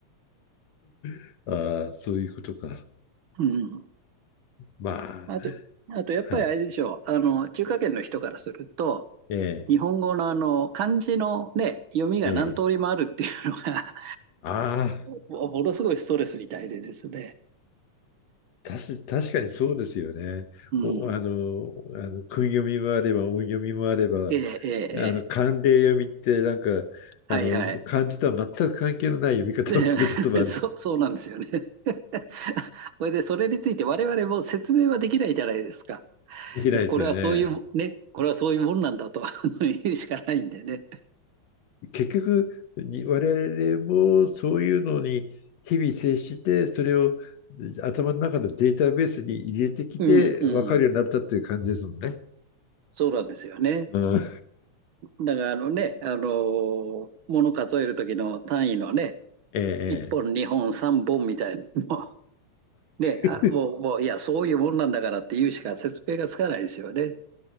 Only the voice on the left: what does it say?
<laughs> ああ、そういうことか。
まあ、
はい。
え
え、ええ。ああ。
たし、確かにそうですよね。
お、あの、あの、訓読みもあれば、音読みもあれば、あ
の、慣例読みってなんか、
あの、
漢字とは全く関係のない読み方をすることもあるし、
できないですよね。
結局、に我々もそういうのに日々接して、それを頭の中のデータベースに入れてきて、
分かるようになったっていう感じですもんね。
うん、
ええ、
ええ。
<laughs>